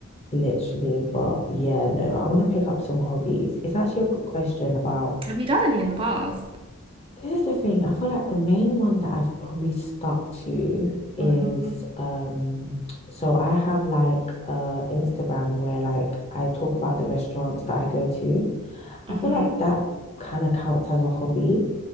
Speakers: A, on the left; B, on the right.
A: literally, but yeah, no, I want to pick up some hobbies. It's actually a good question about
B: Have you done any in the past?
A: This is the thing. I feel like the main one that I've probably stuck to is
B: Mm-hmm.
A: um so I have like uh Instagram where like I talk about the restaurants that I go to.
B: hmm
A: I feel like that kind of counts as a hobby